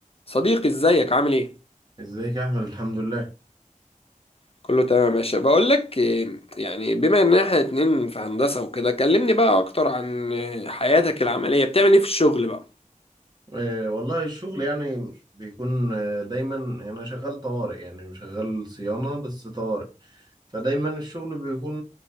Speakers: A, on the left; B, on the right.
A: صديقي ازيك عامل ايه؟
B: ازيك يا احمد الحمد لله
A: كله تمام يا باشا بقول لك إيه، يعني بما ان احنا اتنين في هندسة وكده كلمني بقى اكتر عن إيه، حياتك العملية بتعمل ايه في الشغل بقى؟
B: آه والله الشغل يعني بيكون آه دايما يعني انا شغال طوارئ يعني شغال صيانة بس طوارئ فدايما الشغل بيكون